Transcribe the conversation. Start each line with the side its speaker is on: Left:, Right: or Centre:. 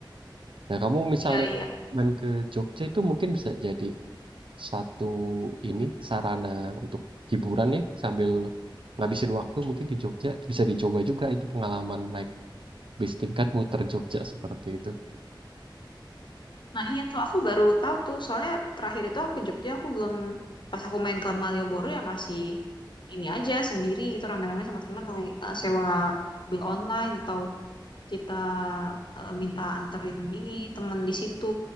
Right: Nah, kamu misalnya
Left: iya iya.
Right: main ke Jogja itu mungkin bisa jadi satu ini sarana untuk hiburan ya sambil ngabisin waktu mungkin di Jogja bisa dicoba juga itu pengalaman naik bis tingkat muter Jogja seperti itu.
Left: Nah iya tuh aku baru tahu tuh soalnya terakhir itu aku ke Jogja aku belum pas aku main ke Malioboro ya masih ini aja sendiri gitu rame-rame sama teman naik eh, sewa mobil online atau kita eh, minta anterin ini teman di situ